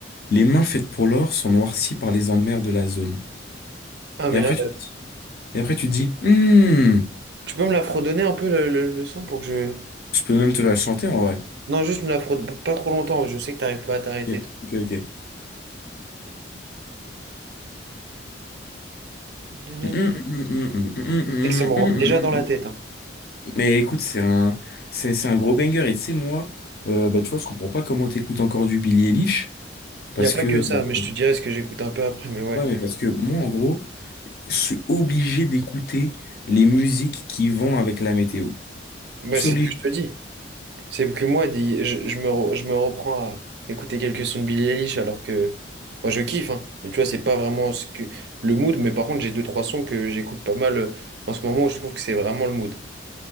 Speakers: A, on the left; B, on the right.
A: les mains faites pour l'or sont noircies par les emmers de la zone.
B: Ah, mais
A: Et après
B: là...
A: tu, et après tu te dis, hmm,
B: Tu peux me la fredonner un peu le, le- le son pour que je.
A: je peux même te la chanter en vrai.
B: Non, juste me la fredonne pas trop longtemps, je sais que t'arrives pas à t'arrêter.
A: Ok,
B: toi.
A: ok, ok.
B: Tu
A: Mm, mm, mm, mm, mm, mm,
B: sais que ça me rentre
A: mm, mm,
B: déjà dans la
A: mm.
B: tête.
A: Mais écoute, c'est un, c'est, c'est un gros banger. Et tu sais, moi, euh, bah, tu vois, je comprends pas comment t'écoutes encore du Billie Eilish. Parce
B: Il n'y a pas
A: que,
B: que ça,
A: euh,
B: mais je te dirai ce que j'écoute un peu après. Mais ouais,
A: ouais, mais parce que moi, en gros, je suis obligé d'écouter les musiques qui vont avec la météo.
B: moi
A: Je suis
B: c'est
A: obligé.
B: ce que je te dis. C'est que moi, dis- je, je me re- je me reprends à écouter quelques sons de Billie Eilish alors que. Moi, je kiffe, hein. Mais tu vois, c'est pas vraiment ce que... le mood, mais par contre, j'ai deux, trois sons que j'écoute pas mal euh, en ce moment où je trouve que c'est vraiment le mood.